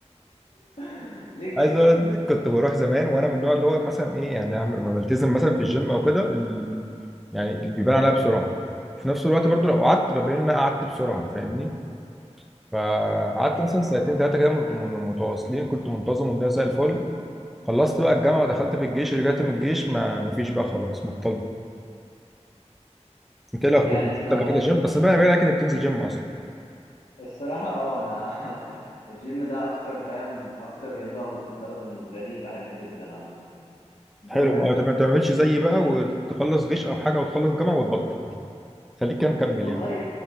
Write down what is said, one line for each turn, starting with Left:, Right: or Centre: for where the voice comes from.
Left: <laughs> ليه كده
Centre: عايز اقول لك كنت بروح زمان وانا من النوع اللي هو مثلا ايه يعني لما بلتزم مثلا في الجيم او كده ال... يعني اللي بيبان عليها بسرعه في نفس الوقت برضو لو قعدت ببين ان انا قعدت بسرعه فاهمني فقعدت
Left: ايوه
Centre: مثلا
Left: ايوه
Centre: سنتين ثلاثه كده مت- متواصلين كنت منتظم والدنيا زي الفل خلصت بقى الجامعه دخلت في الجيش رجعت من الجيش ما مفيش بقى خلاص بطلت انت ايه الاخبار
Left: يعني
Centre: كنت
Left: انت
Centre: قبل كده جيم بس بقى بقى كده بتنزل جيم اصلا
Left: الصراحة اه انا <laughs> الجيم ده اكتر فاهم اكتر رياضة مفضلة بالنسبة لي بحبه جدا عامة يعني دايما
Centre: حلو ما ما تعملش زيي بقى وتخلص جيش او حاجه وتخلص جامعه وتبطل خليك كده مكمل
Left: والله
Centre: يعني